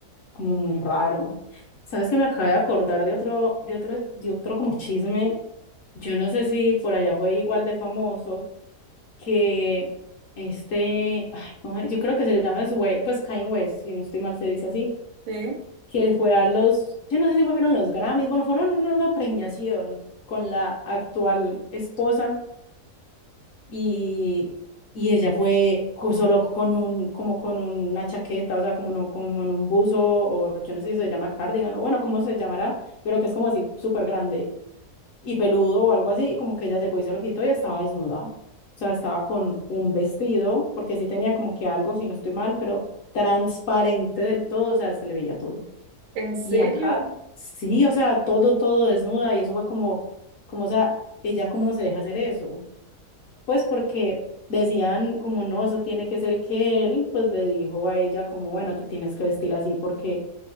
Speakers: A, on the left (about 65°); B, on the right (about 80°).
A: como muy raro. ¿Sabes que me acabé de acordar de otro, de otro, de otro como chisme? Yo no sé si por allá fue igual de famoso que este, ay, ¿cómo es? yo creo que se llama Sway, pues Kanye West, si no estoy mal se dice así,
B: Sí,
A: que fue a los, yo no sé si fueron los Grammys, bueno, fueron una, una premiación con la actual esposa y, y ella fue co- solo con un, como con una chaqueta, o sea, como, no, como en un buzo, o yo no sé si se llama cardigan, o bueno, cómo se llamará, pero que es como así súper grande y peludo o algo así, y como que ella llegó y se lo quitó y estaba desnuda. O sea, estaba con un vestido, porque sí tenía como que algo, si no estoy mal, pero transparente del todo, o sea, se le veía todo.
B: ¿en serio?
A: Y acá, sí, o sea, todo, todo desnuda, y eso fue como, como, o sea, ella cómo se deja hacer eso. Pues porque decían como no, eso tiene que ser que él, pues le dijo a ella como, bueno, te tienes que vestir así porque